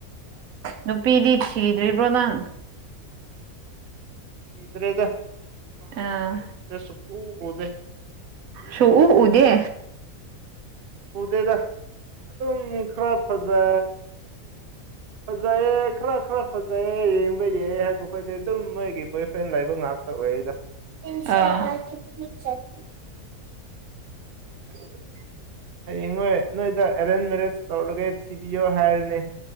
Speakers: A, on the right (about 75°); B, on the right (about 50°).
A: ꯅꯨꯄꯤꯗꯤ ꯊꯤꯗ꯭ꯔꯤꯕ꯭ꯔꯣ ꯅꯪ
B: ꯁꯤꯤꯗꯔꯦꯗꯝꯕ
A: ꯑꯥ
B: ꯁꯗ ꯁꯀꯨꯗ
A: ꯁꯨꯡꯎ ꯎꯗꯦ
B: ꯎꯗꯦꯗ ꯑꯗꯨꯝ ꯈꯔ ꯐꯖ ꯐꯖꯩꯑꯌꯦ ꯈꯔ ꯈꯔ ꯐꯖꯩꯌꯦ ꯌꯦꯕ ꯌꯥ ꯍꯥꯏꯕ ꯈꯈꯣꯏꯗꯤ ꯑꯗꯨꯝ ꯃꯣꯏꯒꯤ ꯕꯣꯏ ꯐ꯭ꯔꯦꯟ ꯂꯩꯕ ꯉꯥꯛꯇ ꯑꯣꯏꯌꯦꯗ
A: ꯎ ꯎ
B: ꯍꯌꯦꯡ ꯅꯣꯏ ꯅꯣꯏꯗ ꯑꯦꯔꯦꯟꯖ ꯃꯦꯔꯦꯠ ꯇꯧꯔꯒꯦ ꯊꯤꯕꯤꯌꯣ ꯍꯥꯏꯔꯅꯤ꯫